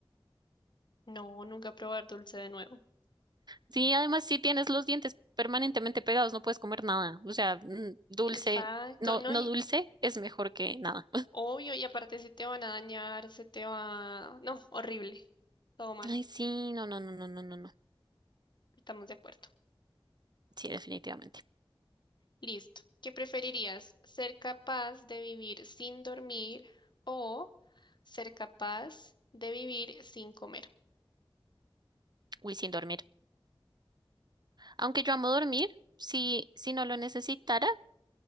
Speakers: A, on the left; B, on the right.
A: No, nunca probar dulce de nuevo.
B: Sí, además si tienes los dientes permanentemente pegados, no puedes comer nada. O sea, mm, dulce,
A: Exacto,
B: no,
A: no,
B: no
A: y
B: dulce es mejor que nada.
A: obvio, y aparte se te van a dañar, se te va... No, horrible. Todo mal,
B: Ay, sí, no, no, no, no, no, no, no.
A: estamos de acuerdo.
B: Sí, definitivamente.
A: Listo. ¿Qué preferirías? ¿Ser capaz de vivir sin dormir o ser capaz de vivir sin comer?
B: Uy, sin dormir. Aunque yo amo dormir, si, si no lo necesitara,